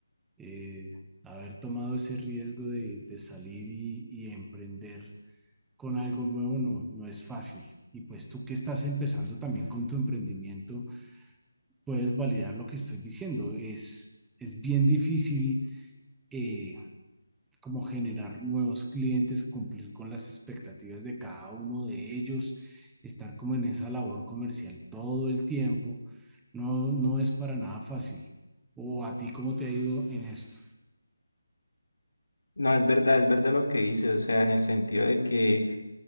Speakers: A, in the centre; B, on the left.
A: eh, haber tomado ese riesgo de, de salir y, y emprender con algo nuevo no, no es fácil. Y pues tú que estás empezando también con tu emprendimiento, puedes validar lo que estoy diciendo. Es, es bien difícil eh, como generar nuevos clientes, cumplir con las expectativas de cada uno de ellos, estar como en esa labor comercial todo el tiempo. No, no es para nada fácil. ¿O a ti cómo te ha ido en esto?
B: No, es verdad, es verdad lo que dices, o sea, en el sentido de que